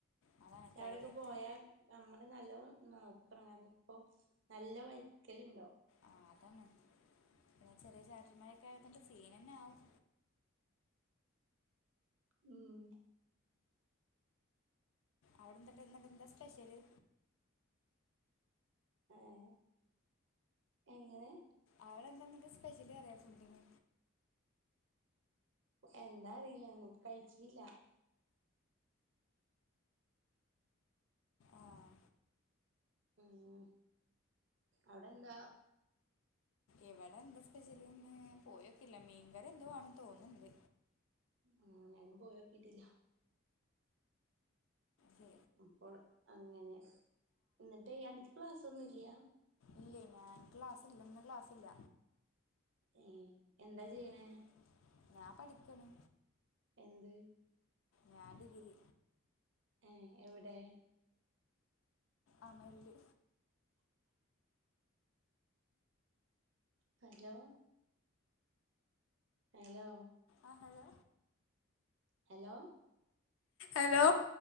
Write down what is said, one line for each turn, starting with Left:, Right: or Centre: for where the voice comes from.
Left: അതാണ് ക്ലൈമറ്റും
Right: അവിടൊയോക്കെ പോയാ. നമ്മുടെ നല്ലോ നോക്കണം കാരണം ഇപ്പൊ നല്ല വൈക്കല് ഉണ്ടാവും.
Left: ആ അതാണ് പിന്നെ ചെറിയ ചാറ്റൽ മാഴൊക്കെ നല്ല സീൻന്നെ ആകും.
Right: ഉം
Left: അവിടെന്തട്ടത് എന്താ സ്പെഷ്യല്.
Right: ആഹ എങ്ങനെ
Left: അവിടെ എന്താെന്നുക്ക് സ്പെഷ്യലി പറിയം ഫുഡിന്.
Right: എന്താ അറിയില്ല ഞങ്ങള് കഴിച്ചില്ല
Left: ആഹ്
Right: ഉം അവിടെന്താ
Left: ഇവടെന്താ സ്പെഷല്ന്ന് പോയൊക്കില്ല മീൻങ്കറി എന്തോവാണ് തോന്ന്ണ്ട്.
Right: ആ ഞാനും പോയോക്കീട്ടില്ല.
Left: ഉ
Right: അപ്പോൾ അങ്ങനെ ഇന്നിട്ടെയ് അനക്ക് ക്ലാസ്സോന്നു ഇല്ല്യാ?
Left: ഇല്ലേയ് ഞാൻ ക്ലാസ്സില്ല ഇന്ന് ക്ലാസ്സില്ല.
Right: ഏഹ് എന്താ ചെയ്യണേ?
Left: ഉം. ഞാൻ പഠിക്കണ്.
Right: എന്ത്
Left: ഞാൻ ഡിഗ്രി
Right: ഏഹ് എവിടെ
Left: അമ്മേല്.
Right: ഹലോ? ഹലോ?
Left: ആ ഹലോ?
Right: ഹലോ?
Left: അലോ?